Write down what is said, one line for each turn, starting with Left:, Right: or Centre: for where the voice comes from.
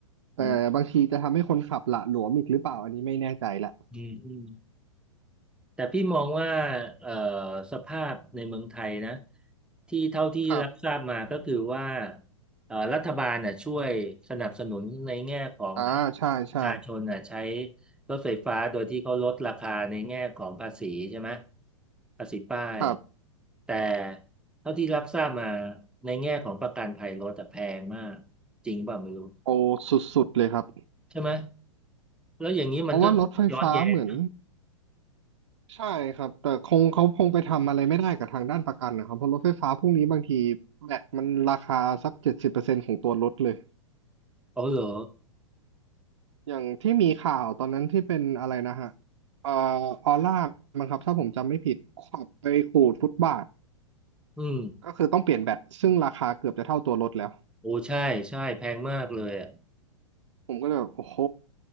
Right: แต่บางทีจะทำให้คนขับหละหลวมอีกหรือเปล่าอันนี้ไม่แน่ใจละ
Centre: อืมอืม แต่พี่มองว่าเอ่อสภาพในเมืองไทยนะที่เท่าที่รับทราบมาก็คือว่า
Right: ครับ
Centre: เอ่อรัฐบาลน่ะช่วยสนับสนุนในแง่ของให้
Right: อ่าใช่ใช่
Centre: ประชาชนน่ะใช้รถไฟฟ้าโดยที่เขาลดราคาในแง่ของภาษีใช่ไหมภาษีป้าย
Right: ครับ
Centre: แต่เท่าที่รับทราบมาในแง่ของประกันภัยรถอะแพงมากจริงเปล่าไม่รู้
Right: โอสุดๆเลยครับ
Centre: ใช่ไหมแล้วอย่างนี้มันก็ย้อนแย้ง
Right: เพราะว่ารถไฟฟ้าเหมือน ใช่ครับแต่คงเขาคงไปทำอะไรไม่ได้กับทางด้านประกันนะครับเพราะรถไฟฟ้าพวกนี้บางทีแบตมันราคาสักเจ็ดสิบเปอร์เซ็นต์ของตัวรถเลย
Centre: อ๋อเหรอ
Right: อย่างที่มีข่าวตอนนั้นที่เป็นอะไรนะฮะเอ่อออร่ามั้งครับถ้าผมจำไม่ผิดขับไปขูดฟุตบาท
Centre: อืม
Right: ก็คือต้องเปลี่ยนแบตซึ่งราคาเกือบจะเท่าตัวรถแล้ว
Centre: โอ้ใช่ใช่แพงมากเลยอ่ะ
Right: ผมก็เลยแบบโอ้โห